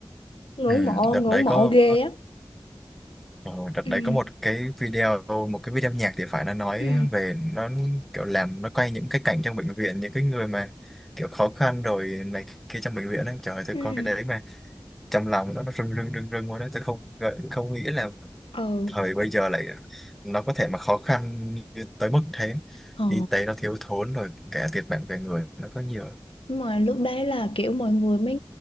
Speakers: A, on the left; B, in the centre.
A: Ngưỡng
B: Ừ.
A: mộ,
B: đợt
A: ngưỡng
B: đấy
A: mộ
B: có
A: ghê á.
B: ờ, đợt
A: Ừ,
B: đấy có một cái video một cái video nhạc thì phải nó nói
A: ừ,
B: về nó kiểu làm nó quay những cái cảnh trong bệnh viện những cái người mà kiểu khó khăn rồi này kia trong bệnh viện ấy. Trời ơi, tôi
A: ừ.
B: coi cái đấy mà trong lòng nó nó rưng rưng rưng rưng luôn đấy tôi không ngờ- không nghĩ là
A: Ừ.
B: thời bây giờ lại nó có thể mà khó khăn như tới mức thế
A: Ờ.
B: y tế nó thiếu thốn rồi cả thiệt mạng về người nó có nhiều
A: Đúng rồi, lúc đấy là kiểu mọi người mới